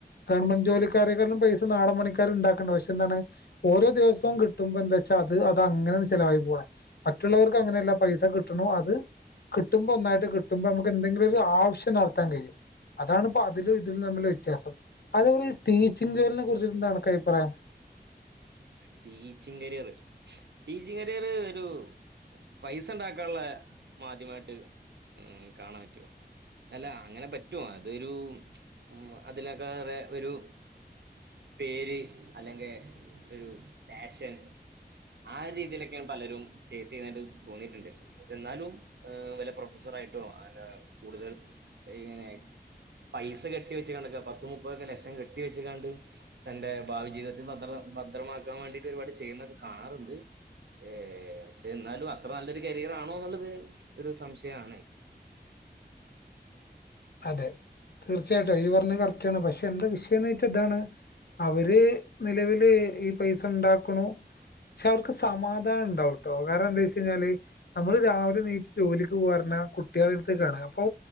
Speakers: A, on the left; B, on the right.
A: ഗവൺമെന്റ് ജോലിക്കാരെകാട്ടിലും പൈസ നാടൻ പണിക്കാര് ഇണ്ടാക്കണ്ട് പക്ഷെന്താണ് ഓരോ ദിവസോം കിട്ടുമ്പോ എന്താച്ചാ അത് അത് അങ്ങനെണ് ചെലവായി പോണെ മറ്റുള്ളോർക്ക് അങ്ങനെല്ല പൈസ കിട്ടണു അത് കിട്ടുമ്പോ ഒന്നായിട്ട് കിട്ടുമ്പോ അമുക്ക് എന്തെങ്കിലും ഒരു ഒരാവിശ്യം നടത്താൻ കഴിയും അതാണിപ്പോ അതിലും ഇതിലും തമ്മിലുള്ള വ്യത്യാസം അത്പോലെ ഈ ടീ ച്ചിങ് ജോലീനെ കുറിച്ചിട്ടെന്താ നിനക്ക് അഭിപ്രായം
B: ടീച്ചിങ് കരിയറ് ടീച്ചിങ് കരിയർ ഒരു പൈസ ഇണ്ടാക്കാള്ള മാധ്യമായിട്ട് ഇം കാണാൻ പറ്റോ അല്ല അങ്ങനെ പറ്റും അതൊരു ഉം അതിനേക്കാലേറെ ഒരു പേര് അല്ലെങ്കെ ഒരു പാഷൻ ആ രീതിയിലൊക്കെ പലരും ചേസ് ചെയ്ണായ്ട്ട് തോന്നിട്ടിണ്ട് എന്നാലും ഏഹ് വല്ല പ്രൊഫസർ ആയിട്ടൊ അല്ല കൂടുതൽ എഹ് ഇങ്ങനെ പൈസ കെട്ടി വെച്ചിങ്ങാണ്ടൊക്കെ പത്ത് മുപ്പതൊക്കെ ലക്ഷം കെട്ടി വെച്ചിങ്ങാണ്ട് തന്റെ ഭാവിജീവിതത്തിൽ ഭദ്ര ഭദ്രമാക്കാൻ വേണ്ടിട്ട് ഒരുപാട് ചെയ്യുന്നൊക്കെ കാണാറുണ്ട് ഏഹ് പക്ഷെ എന്നാലും അത്ര നല്ലൊരു കരിയർ ആണോ എന്നുള്ളത് ഒരു സംശയാണ്
A: അതെ തീർച്ചയായിട്ടും ഈ പറഞ്ഞത് കറക്റ്റാണ് പക്ഷെ എന്താ വിഷയെന്ന് വച്ചാ ഇതാണ് അവര് നിലവില് ഈ പൈസ ഇണ്ടാക്കണു പക്ഷെ അവർക്ക് സമാധാനം ഇണ്ടാവുട്ടോ കാരണം എന്താ വെച്ച് കഴിഞ്ഞാല് നമ്മള് രാവിലെ എണീച്ചു ജോലിക്ക് പോവാ പറഞ്ഞാ കുട്ടികളടുത്തേക്കാണ് അപ്പൊ